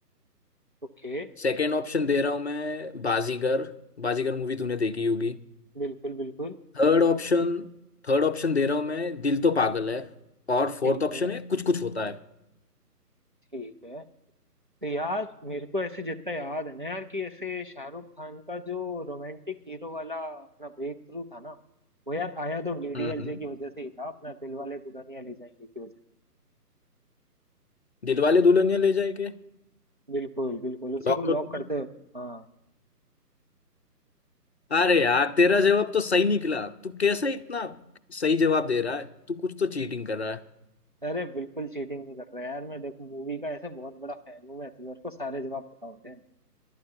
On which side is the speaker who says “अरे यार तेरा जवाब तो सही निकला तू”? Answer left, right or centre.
Left